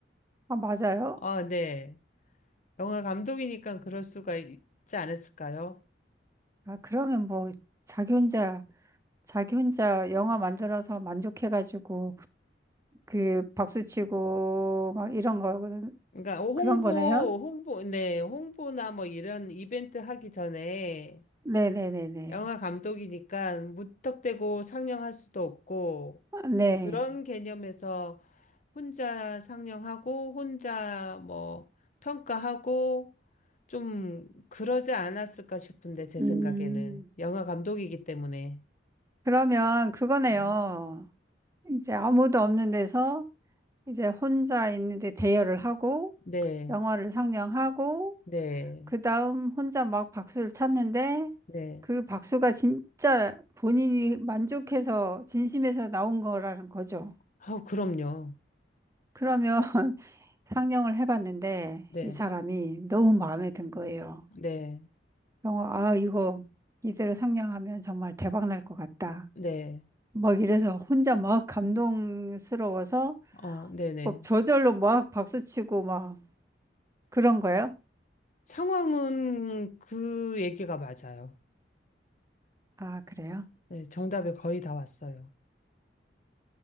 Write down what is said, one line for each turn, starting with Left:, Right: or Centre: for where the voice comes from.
Right: 아, 맞아요?
Left: 아, 네. 영화 감독이니까 그럴 수가 있지 않았을까요?
Right: 아, 그러면 뭐, 자기 혼자, 자기 혼자 영화 만들어서 만족해가지고, 그, 박수치고, 막 이런 거,
Left: 그러니까 홍보,
Right: 그런 거네요?
Left: 홍보, 네, 홍보나 뭐 이런 이벤트 하기 전에
Right: 네네네네.
Left: 영화 감독이니까 무턱대고 상영할 수도 없고
Right: 아, 네.
Left: 그런 개념에서 혼자 상영하고 혼자 뭐 평가하고 좀 그러지 않았을까 싶은데 제
Right: 음,
Left: 생각에는 영화 감독이기 때문에
Right: 그러면 그거네요.
Left: 네.
Right: 이제 아무도 없는 데서, 이제 혼자 있는데 대여를 하고,
Left: 네.
Right: 영화를 상영하고,
Left: 네.
Right: 그 다음 혼자 막 박수를 쳤는데
Left: 네.
Right: 그 박수가 진짜 본인이 만족해서 진심에서 나온 거라는 거죠.
Left: 아, 그럼요.
Right: 그러면 <laughs> 상영을 해봤는데
Left: 네.
Right: 이 사람이 너무 마음에 든 거예요.
Left: 네.
Right: 영어, 아, 이거 이대로 상영하면 정말 대박 날 것 같다.
Left: 네.
Right: 막 이래서 혼자 막 감동스러워서
Left: 어, 네, 네.
Right: 막 저절로 막 박수치고 막 그런 거예요?
Left: 상황은 그 얘기가 맞아요.
Right: 아, 그래요?
Left: 네, 정답에 거의 다 왔어요.